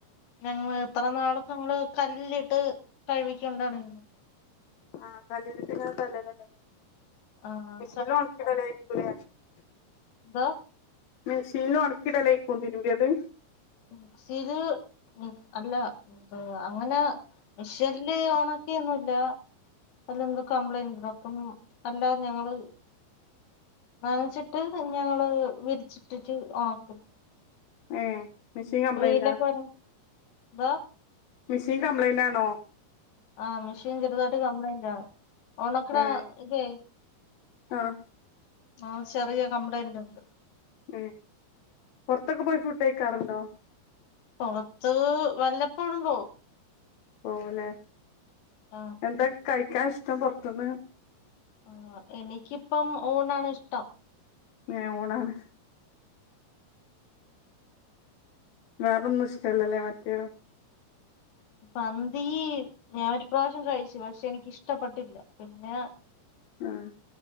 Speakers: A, on the left; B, on the left.
A: ഞങ്ങള് ഇത്ര നാളും ഞങ്ങള് കല്ലിലിട്ട് കഴുകിക്കൊണ്ടാണ്
B: ആഹ് കല്ലിലിട്ട് ങ്ങനെ തല്ലലല്ലേ
A: ആഹ്
B: മെഷീനിൽ ഉണക്കിടലായിരിക്കുംലെ ഇരിക്കൂല
A: എന്തോ
B: മെഷീനിൽ ഉണക്കിടലേക്കും തിരുമ്പിയത്
A: മെഷീൻ ഉം അല്ല അങ്ങനെ മിഷ്യനില് ഒണക്കയൊന്നുംല്ല അതിൽ എന്തോ കംപ്ലൈന്റ് അപ്പം അല്ലാ ഞങ്ങള് നനച്ചിട്ട് പിന്നെ ഞങ്ങള് വിരിച്ചിട്ടിട്ട് ഉണക്കും
B: ഏഹ് മിഷീൻ കംപ്ലൈന്റ
A: വെയിലൊക്കെ വരും എന്താ
B: മിഷീൻ കംപ്ലൈയിന്റ് ആണോ
A: ആഹ് മിഷീൻ ചെറുതായിട്ട് കംപ്ലൈന്റ ആണ് ഒണക്ക്ണ
B: ഏ
A: ഇതേ
B: ആ
A: ആഹ് ചെറിയ കംപ്ലയിന്റ് ഉണ്ട്
B: ഉം പുറത്തൊക്കെ പോയി ഫുഡ് കഴിക്കാറുണ്ടോ
A: പുറത്ത് വല്ലപ്പോഴും പോവും
B: പോവുല്ലേ
A: ആ
B: എന്താ കഴിക്കാൻ ഇഷ്ടം പുറത്തുന്ന്
A: ആഹ് എനിക്കിപ്പം ഊണാണ് ഇഷ്ടം
B: ഏഹ് ഊണാണ് വേറൊന്നും ഇഷ്ടല്ലല്ലേ മറ്റേ
A: മന്തീ ഞാൻ ഒരു പ്രാവശ്യം കഴിച്ചു പക്ഷെ എനിക്ക് ഇഷ്ടപ്പെട്ടില്ല പിന്നെ
B: ആഹ്